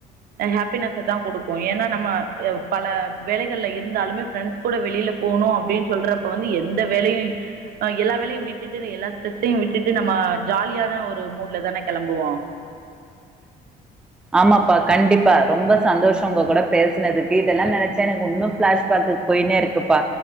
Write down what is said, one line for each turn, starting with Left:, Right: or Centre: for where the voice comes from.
Right: ஹாப்பினஸ்ஸதா குடுக்கு. ஏன்னா நம்ம பல வேலைகள்ல இருந்தாலுமே ஃப்ரெண்ஸ்கூட வெளிலபோனோ அப்டின்னு சொல்றப்ப வந்து எந்த வேலையு அ எல்லா கவலையு விட்டுட்டு எல்லா ஸ்ட்ரெஸ்ஸையு விட்டுட்டு நம்ம ஜாலியான ஒரு மூட்ல தானே கெளம்புவோ.
Centre: ஆமாப்பா கண்டிப்பா ரொம்ப சந்தோஷோ உங்க கூட பேசுனதுக்கு இதெல்லா நெனைச்சா எனக்கு உன்னு ஃபிளாஷ்பேக்குக் போய்னே இருக்குப்பா